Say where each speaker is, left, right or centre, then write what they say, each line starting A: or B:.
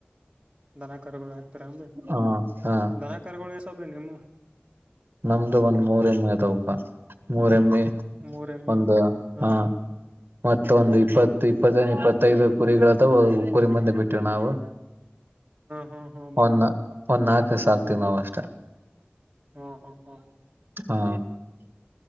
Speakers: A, on the right (about 30°); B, on the right (about 60°).
A: ದನಾ ಕರುಗಳು ಹಾಕ್ತಾರೆ ಏನ್ ಬೈ
B: ಹ ಹಾ
A: ದನಾ ಕರುಗಳು ಎಸೋವೆ ಬೈ ನಿಮ್ಮವು.
B: ನಮ್ದು ಒಂದ್ ಮೂರ್ ಎಮ್ಮಿ ಅದಾವಪ್ಪ ಮೂರ್ ಎಮ್ಮಿ
A: ಮೂರ್ ಎಮ್ಮಿ
B: ಒಂದ
A: ಹ್ಮ್
B: ಹಾ- ಮತ್ತೊಂದು ಇಪ್ಪತ್ತು ಇಪ್ಪತ್ತ ಇಪ್ಪತ್ತೈದು ಕುರಿಗಳಾದವು ಕುರಿ ಮಂದೇ ಬಿಟ್ಟೇವಿ ನಾವು
A: ಹ್ಮ್ ಹ್ಮ್ ಹ್ಮ್
B: ಒಂದ ಒಂದ ನಾಲ್ಕ ಸಾಕ್ತೀವಿ ನಾವ್ ಅಷ್ಟೆ
A: ಹ್ಮ್ ಹ್ಮ್ ಹ್ಮ್
B: ಹಾ